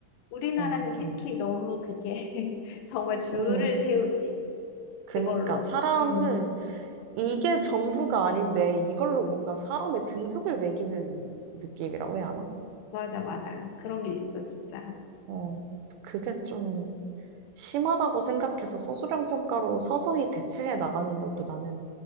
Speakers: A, on the left (about 80°); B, on the right (about 80°).
A: 우리나라는
B: 어, 좀
A: 특히 너무 그게 <laughs> 정말 줄을
B: 음,
A: 세우지.
B: 그니까
A: 그걸로.
B: 사람을
A: 음,
B: 이게 전부가 아닌데 이걸로 뭔가 사람의 등급을 매기는 느낌이라고 해야 하나?
A: 맞아, 맞아. 그런 게 있어, 진짜.
B: 어, 그게 좀 심하다고 생각해서 서술형 평가로 서서히 대체해 나가는 것도 나는